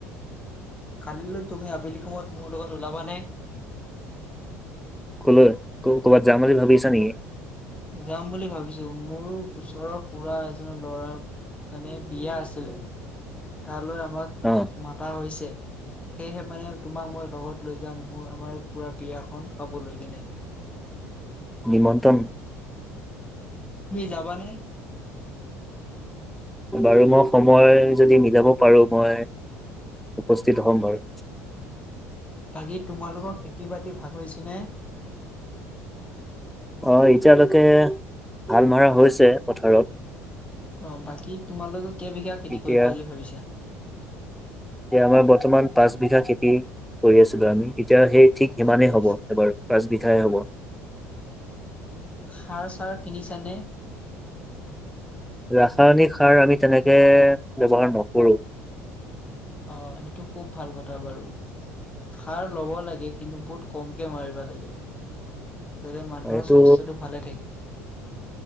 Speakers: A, on the left; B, in the centre.
A: কাললৈ তুমি আবেলি সময়ত মোৰ লগত ওলাবানে?
B: কলৈ, ক'ৰবাত যাম বুলি ভাবি আছা নেকি?
A: যাম বুলি ভাবিছো মোৰ ওচৰৰ খুৰা এজনৰ ল'ৰাৰ- মানে বিয়া আছিলে, তালৈ আমাক
B: অ
A: মাতা হৈছে। সেয়েহে মানে তোমাক মই লগত লৈ যাম মোৰ আমাৰ খুুৰাৰ বিয়াখন খাবলৈ কেনে।
B: নিমন্ত্ৰণ।
A: তুমি যাবানে?
B: বাৰু মই সময় যদি মিলাব পাৰো। মই উপস্থিত হ'ম বাৰু।
A: বাকী তোমালোকৰ খেতি-বাতি ভাল হৈছে নে?
B: অৱ এতিয়ালৈকে শাল মৰা হৈছে পথাৰত।
A: অৱ বাকী তোমালোকে কেইবিঘা খেতি
B: এতিয়া
A: কৰিবা বুলিম ভাবিছা?
B: এতিয়া আমাৰ বৰ্তমান পাঁচ বিঘা খেতি কৰি আছিলো আমি। এতিয়া সেই ঠিক
A: অ ভালেই
B: সিমানেই
A: হৈছে।
B: হ'ব এবাৰো পাচ বিঘাই হ'ব।
A: সাৰ চাৰ কিনিছানে?
B: ৰাসায়নিক সাৰ আমি তেনেকে ব্যৱহাৰ নকৰো।
A: অ সেইটো খুব ভাল কথা বাৰু। সাৰ ল'ব লাগে কিন্তু, বহুত কমকে মাৰিব লাগে। যাতে মানুহৰ
B: এইটো
A: স্বাস্থ্যতটো ভালে থাকে।